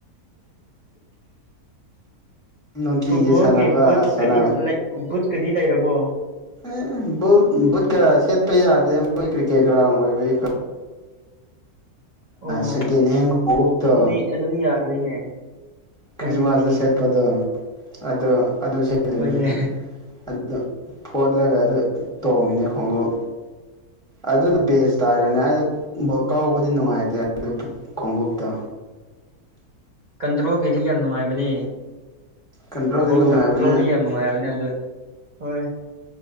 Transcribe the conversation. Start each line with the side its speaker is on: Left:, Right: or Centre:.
Centre: ꯅꯨꯡꯇꯤꯒꯤ
Right: ꯐꯨꯠꯕꯣꯜꯒꯤ
Centre: ꯁꯥꯟꯅꯕ
Right: ꯕꯨꯠꯀꯗꯤ
Centre: ꯁꯥꯟꯅ
Right: ꯂꯩ ꯕꯨꯠꯀꯗꯤ ꯂꯩꯔꯕꯣ
Centre: ꯑꯦ ꯕꯨꯠ ꯕꯨꯠ ꯀꯌꯥ ꯁꯦꯠꯄ ꯌꯥꯗꯦ ꯃꯣꯏ ꯀ꯭ꯔꯤꯀꯦꯠ ꯒ꯭ꯔꯥꯎꯟ ꯑꯣꯏꯕꯩ
Right: ꯑꯣ ꯍꯣ
Centre: ꯁꯦꯀꯦꯟ
Right: ꯍꯣ
Centre: ꯍꯦꯟ ꯈꯣꯡꯎꯞꯇꯣ
Right: ꯑꯗꯨꯗꯤ ꯑꯗꯨꯗꯤ ꯌꯥꯔꯣꯏꯅꯦ
Centre: ꯈ꯭ꯔꯤꯁꯃꯥꯁꯇ
Right: ꯍꯣꯏꯅꯦ ꯍꯣꯏꯅꯦ
Centre: ꯁꯦꯠꯄꯗꯣ ꯑꯗꯨ ꯑꯗꯨ ꯁꯦꯠꯂꯤꯅꯦ
Right: ꯍꯣꯏꯅꯦ
Centre: ꯑꯗꯨ ꯐꯣꯠꯂꯒ ꯑꯗꯨ ꯇꯣꯡꯉꯤꯅꯦ ꯈꯣꯡꯎꯞ ꯑꯗꯨꯅ ꯕꯦꯁ ꯇꯥꯔꯦꯅꯦ ꯑꯩꯗ ꯕ ꯀꯥꯎꯕꯗꯤ ꯅꯨꯡꯉꯥꯏꯇꯦ ꯑꯗꯨ ꯈꯣꯡꯎꯞꯇꯣ
Right: ꯀꯟꯇ꯭ꯔꯣꯜꯒꯤꯗꯤ ꯌꯥꯝ ꯅꯨꯡꯉꯥꯏꯕꯅꯦ
Centre: ꯀꯟꯇ꯭ꯔꯣꯜꯗꯤ
Right: ꯕꯣꯜ
Centre: ꯅꯨꯡꯉꯥꯏꯕꯅꯦ
Right: ꯀꯟꯇ꯭ꯔꯣꯜꯗꯤ ꯌꯥꯝ ꯅꯨꯡꯉꯥꯏꯕꯅꯦ ꯑꯗꯣ ꯍꯣꯏ